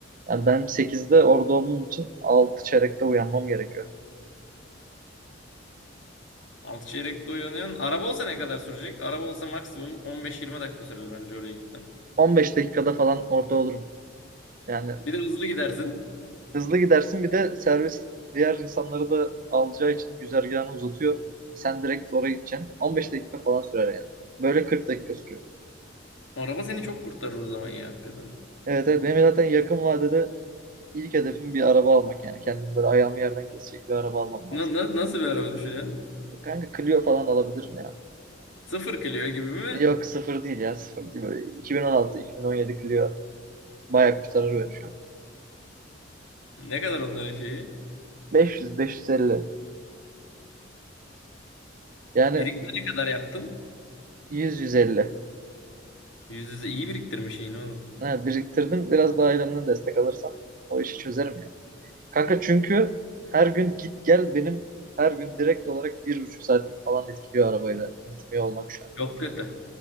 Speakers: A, on the right; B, on the left.
A: Yani ben sekizde orada olduğum için 6 çeyrekte uyanmam gerekiyor.
B: Altı çeyrekte uyanıyorsun. Araba olsa ne kadar sürecek? Araba olsa maksimum 15-20 dakika sürer bence oraya gitmen.
A: 15 dakikada falan orada olurum. Yani
B: Bir de hızlı gidersin.
A: Hızlı gidersin bir de servis diğer insanları da alacağı için güzergahını uzatıyor. Sen direkt oraya gideceksin. 15 dakika falan sürer yani. Böyle 40 dakika sürüyor.
B: Araba seni çok kurtarır o zaman ya hakikaten.
A: Evet, evet benim zaten yakın vadede ilk hedefim bir araba almak yani. Kendim böyle ayağımı yerden kesecek bir araba almam
B: Na-
A: lazım.
B: na- nasıl bir araba düşünüyorsun?
A: Kanka Clio falan alabilirim ya.
B: Sıfır Clio gibi mi?
A: Yok sıfır değil ya sıfır değil. Böyle 2016-2017 Clio bayağı kurtarır beni şu an.
B: Ne kadar onların şeyi?
A: 500-550 yani
B: Birikme ne kadar yaptın?
A: 100-150.
B: Yüz yüze iyi biriktirmiş yine oğlum.
A: Ha, biriktirdim biraz daha ailemden destek alırsam o işi çözerim ya. Kanka çünkü her gün git gel benim her gün direkt olarak bir buçuk saatim falan etkiliyor arabayla gitmiyor olmak şu an.
B: Çok kötü.